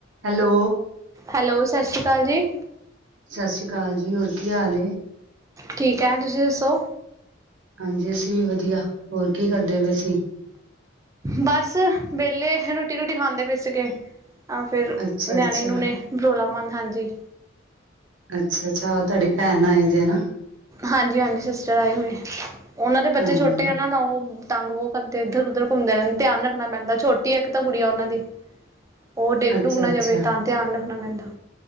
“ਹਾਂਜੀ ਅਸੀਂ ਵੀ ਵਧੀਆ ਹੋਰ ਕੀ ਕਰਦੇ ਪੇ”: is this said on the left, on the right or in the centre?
Right